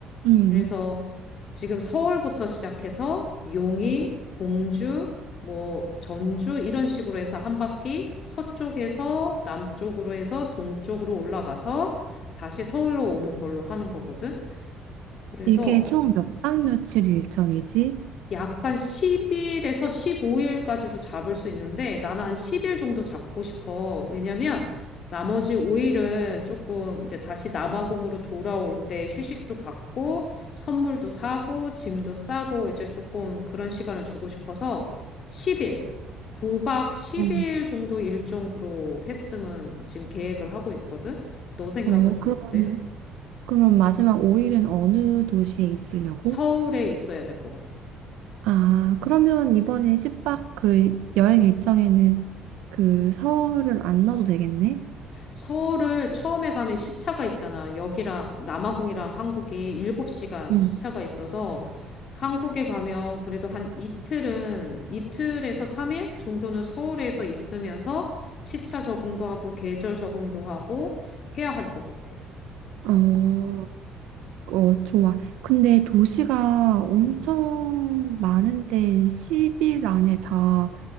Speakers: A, on the right (about 85°); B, on the left (about 35°).
A: 음.
B: 그래서 지금 서울부터 시작해서 용인, 공주, 뭐 전주 이런 식으로 해서 한 바퀴 서쪽에서 남쪽으로 해서 동쪽으로 올라가서 다시 서울로 오는 걸로 하는 거거든. 그래서
A: 이게 총 몇 박 며칠 일정이지?
B: 약간 10일에서 15일까지도 잡을 수 있는데 나는 한 10일 정도 잡고 싶어. 왜냐면 나머지 5일은 조금 이제 다시 남아공으로 돌아올 때 휴식도 갖고 선물도 사고 짐도 싸고 이제 조금 그런 시간을 주고 싶어서 10일, 9박 10일
A: 어,
B: 정도 일정으로 했으면 지금 계획을 하고 있거든. 너 생각은
A: 어,
B: 좀
A: 그러면은,
B: 어때?
A: 그럼 마지막 5일은 어느 도시에 있으려고?
B: 서울에 있어야 될 것 같아.
A: 아, 그러면 이번에 10박 그 여행 일정에는 그 서울을 안 넣어도 되겠네?
B: 서울을 처음에 가면 시차가 있잖아. 여기랑 남아공이랑 한국이 7시간
A: 응,
B: 시차가 있어서 한국에 가면 그래도 한 이틀은 이틀에서 3일 정도는 서울에서 있으면서 시차 적응도 하고 계절 적응도 하고 해야 할 것 같아.
A: 어, 어, 좋아. 근데 도시가 엄청
B: 음.
A: 많은데 10일 안에 다